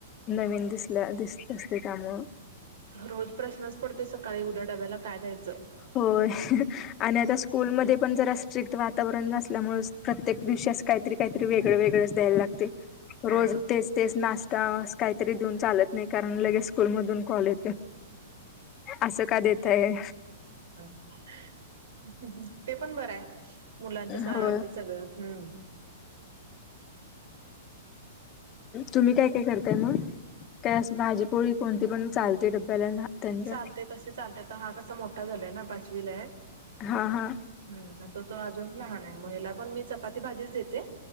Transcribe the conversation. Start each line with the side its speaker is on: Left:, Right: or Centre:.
Left: नवीन दिसलं दिसत असते त्यामु
Right: रोज प्रश्नच पडतोय सकाळी उद्या डाब्याला काय द्यायचं.
Left: होय आणि आता स्कूलमध्ये पण जरा स्ट्रिक्ट वातावरणसल्यामुळेच प्रत्येक दिवशी काहीतरी काहीतरी वेगळं वेगळेंच द्यायला लागते
Right: हा
Left: रोज
Right: हा
Left: तेच तेच नाशते. काहीतरी देऊन चालत नाही कारण लगेच स्कूलमधून कॉल असं का देतय.
Right: ह् ते पण बरं आहे मुलांच्या
Left: होय
Right: सा सगळं हम्म
Left: तुम्ही काय काय करताय मग, काय अस भाजीपोळी कोणती पण चालते डब्याला त्यांच्या
Right: चालते तस चालतय तर हा कसा मोठा झालाय ना पाचवीलाय
Left: हा हा
Right: हम तो तो अजून लहान ला पण मी चपाती भाजीच देते